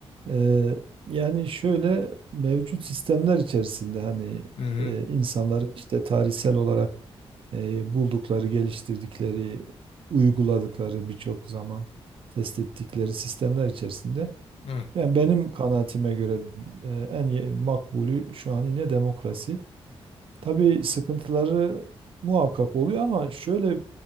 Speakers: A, on the right (about 55°); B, on the left (about 70°).
A: Ee, yani şöyle mevcut sistemler içerisinde hani
B: Hı hı
A: e, insanların işte tarihsel olarak e, buldukları, geliştirdikleri, uyguladıkları birçok zaman test ettikleri sistemler içerisinde
B: hı
A: yani benim kanaatime göre e, en ye- makbulü şu an yine demokrasi. Tabii sıkıntıları muhakkak oluyor ama şöyle